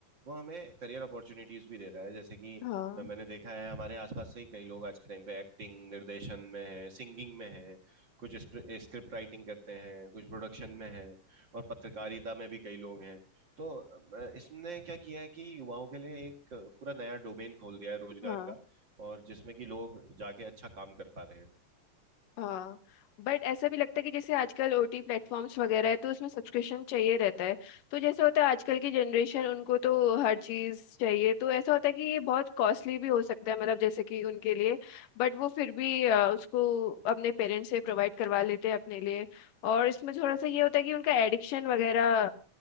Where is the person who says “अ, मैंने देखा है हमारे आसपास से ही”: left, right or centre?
Right